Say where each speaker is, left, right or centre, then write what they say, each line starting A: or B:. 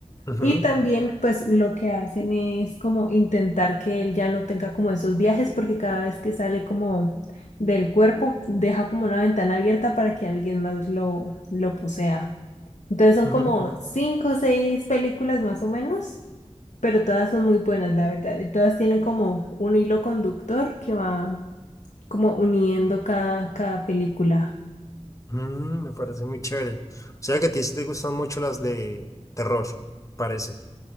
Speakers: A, on the left; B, on the left.
A: Ujú,
B: y también pues lo que hacen es como intentar que él ya no tenga como esos viajes porque cada vez que sale como del cuerpo deja como una ventana abierta para que alguien más lo, lo posea. Entonces son
A: ujú.
B: como cinco o seis películas más o menos, pero todas son muy buenas la verdad y todas tienen como un hilo conductor que va como uniendo cada, cada película.
A: Mm, me parece muy chévere. O sea que a ti sí te gustan mucho las de terror, parece.